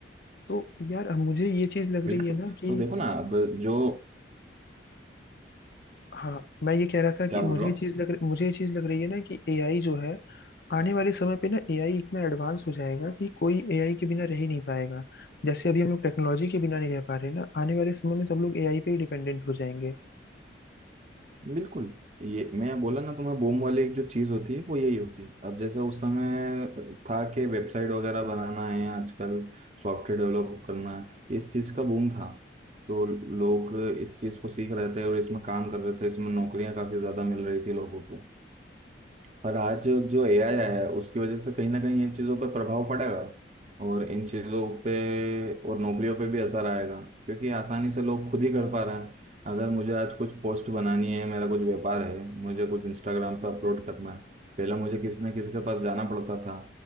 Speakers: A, on the left; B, on the right.
A: तो यार अब मुझे ये चीज लग
B: बिल्कुल
A: रही है ना कि
B: तो देखो ना अब जो
A: हाँ मैं ये कह रहा था कि
B: क्या
A: मुझे
B: बोल रहे
A: ये
B: हो
A: चीज लग मुझे ये चीज लग रही है ना कि एआई जो है आने वाले समय पे ना एआई इतना एडवांस हो जाएगा कि कोई एआई के बिना रह ही नहीं पाएगा जैसे अभी हम लोग टेक्नोलॉजी के बिना नहीं रह पा रहे ना आने वाले समय में सब लोग एआई पे ही डिपेंडेंट हो जाएंगे
B: बिल्कुल ये मैं बोला ना तुम्हें बूम वाली एक जो चीज होती है वो यही होती है अब जैसे उस समय था कि वेबसाइट वगैरह बनाना है आजकल सॉफ्टवेयर डेवलप करना है इस चीज का बूम था तो लोग इस चीज को सीख रहे थे और इसमें काम कर रहे थे इसमें नौकरियां काफी ज्यादा मिल रही थी लोगों को पर आज जो एआई आया है उसकी वजह से कहीं ना कहीं इन चीज़ों पर प्रभाव पड़ेगा और इन चीज़ों पे और नौकरियों पे भी असर आएगा क्योंकि आसानी से लोग खुद ही कर पा रहे हैं अगर मुझे आज कुछ पोस्ट बनानी है मेरा कुछ व्यापार है मुझे कुछ इंस्टाग्राम पे अपलोड करना है पहले मुझे किसी न किसी के पास जाना पड़ता था